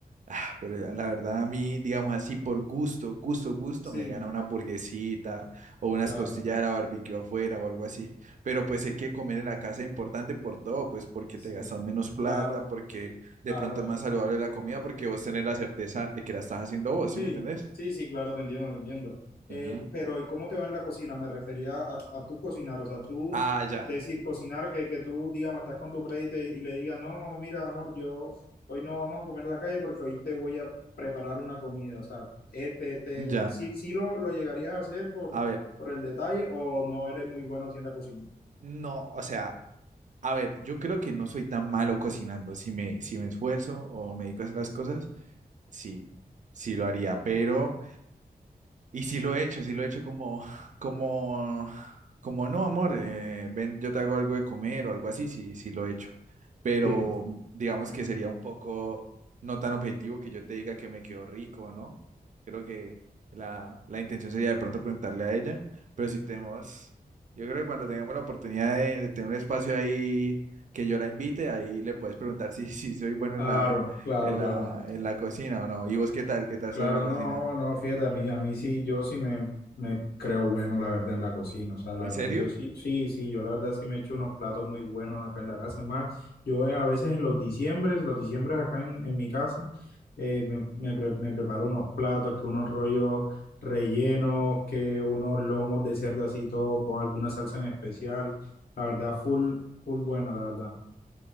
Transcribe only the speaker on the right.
ah, pero ya la verdad a mí, digamos así, por gusto, gusto, gusto,
me gana una hamburguesita o unas
costillas a la barbecue afuera o algo así. Pero pues hay que comer en la casa es importante por todo, pues porque
te gastas menos plata,
porque de
pronto es más saludable la comida, porque vos tenés la certeza de que la estás haciendo vos,
¿sí me entendés?
Ujú.
Ah, ya,
ya.
A ver,
no, o sea. A ver, yo creo que no soy tan malo cocinando. Si me, si me esfuerzo o me dedico a hacer las cosas, sí, sí lo haría, pero y sí lo he hecho, sí lo he hecho como, como, como no, amor, eh, ven, yo te hago algo de comer o algo así, sí, sí lo he hecho. Pero
digamos que sería un poco no tan objetivo que yo te diga que me quedó rico, ¿no? Creo que la, la intención sería de pronto preguntarle a ella, pero si tenemos, yo creo que cuando tengamos la oportunidad de, de tener un espacio ahí que yo la invite, ahí le puedes preguntar si, <laughs> si soy bueno
en la,
en
la, en la cocina o no. ¿Y vos qué tal? ¿Qué tal
sos en la
cocina?
¿En
serio?